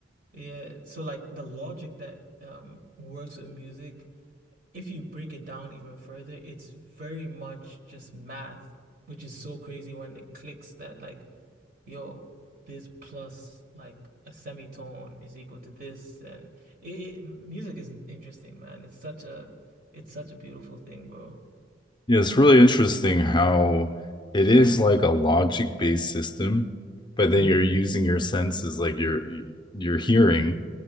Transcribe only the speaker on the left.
Yeah, it's really interesting how it is like a logic-based system, but then
you're using your senses, like your your your hearing,